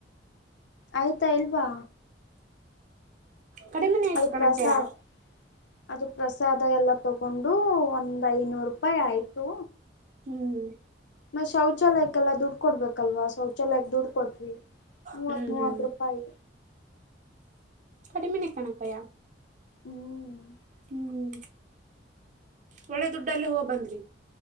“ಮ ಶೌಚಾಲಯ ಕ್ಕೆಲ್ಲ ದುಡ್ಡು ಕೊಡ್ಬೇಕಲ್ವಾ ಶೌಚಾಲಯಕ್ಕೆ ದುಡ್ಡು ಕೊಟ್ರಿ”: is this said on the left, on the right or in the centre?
Left